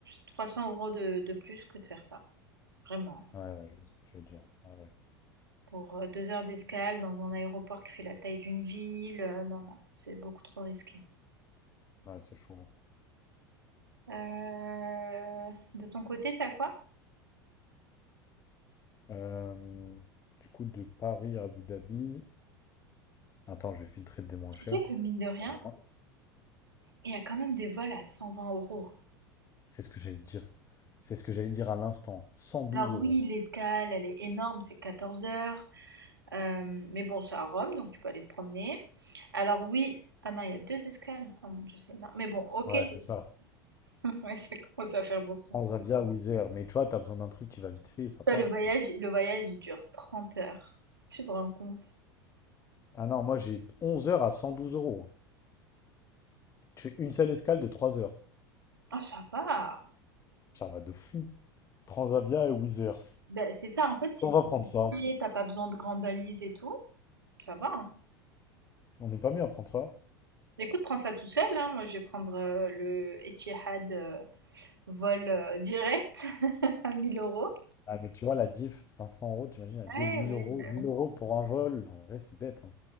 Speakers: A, on the right; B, on the left.
A: 300 € de de plus que de faire ça, vraiment.
B: Ouais, ouais, je vois ce que tu veux dire. Ouais, ouais.
A: Pour, heu, 2 heures d'escale dans un aéroport qui fait la taille d'une ville, heu, non, non, c'est beaucoup trop risqué.
B: Ouais, c'est chaud.
A: Heu, de ton côté, t'as quoi?
B: Euh, du coup, de Paris à Abu Dhabi. Attends, je vais filtrer des moins
A: Tu
B: chers.
A: sais que mine de rien,
B: Pas loin.
A: il y a quand même des vols à 120 euros.
B: C'est ce que j'allais te dire. C'est ce que j'allais dire à l'instant. 112
A: Alors
B: euros.
A: oui, l'escale, elle est énorme, c'est 14 heures. Euh, mais bon, c'est à Rome, donc tu peux aller te promener. Alors oui, ah non, il y a deux escales. Ah mon Dieu, c'est énorme. Mais bon, ok.
B: Ouais, c'est ça.
A: <laughs> Ouais, ça commence à faire beaucoup.
B: Transavia ou Wizz Air. Mais tu vois, t'as besoin d'un truc qui va vite fait, ça passe,
A: Toi, le voyage,
B: quoi.
A: le voyage, il dure 30 heures. Tu te rends compte?
B: Ah non, moi j'ai 11 heures à 112 euros. hein. Tu fais une seule escale de 3 heures.
A: Ah, ça va.
B: Ça va de fou. Transavia et Wizz Air.
A: Ben, c'est ça, en fait, si
B: On va prendre ça.
A: tu t'as pas besoin de grande valise et tout, ça va. hein.
B: On n'est pas mieux à prendre ça.
A: Écoute, prends ça tout seul, hein. Moi, je vais prendre euh, le Etihad euh, vol euh, direct <laughs> à 1000 euros.
B: Ah, mais tu vois, la diff, 500 euros, t'imagines, à
A: Ouais,
B: 2000
A: oui,
B: euros.
A: bah
B: 1000 euros pour un vol, en vrai, c'est bête. Hein.